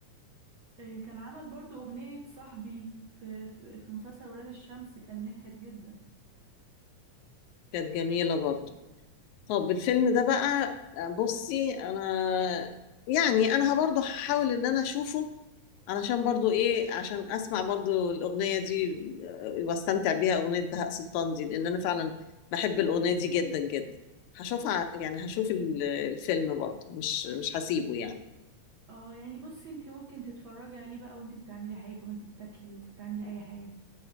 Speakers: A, on the right (about 55°); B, on the left (about 80°).
A: إيه، كان عمل برضو أغنية صاحبي في في في مسلسل ولاد الشمس كان نجحت جدا
B: كانت جميله برضه طب الفيلم ده بقى بصي انا يعني انا برضو هحاول ان انا اشوفه علشان برضو ايه عشان اسمع برضو الاغنيه دي آه، واستمتع بيها اغنيه بهاء سلطان دي لان انا فعلا بحب الاغنيه دي جدا جدا هشوفها ع- يعني هشوف ال- الفيلم برضو مش مش هسيبه يعني
A: اه يعني بصي انت ممكن تتفرجي عليه بقى وانت بتعملي حاجة وانت بتاكلي وانت بتعملي أي حاجة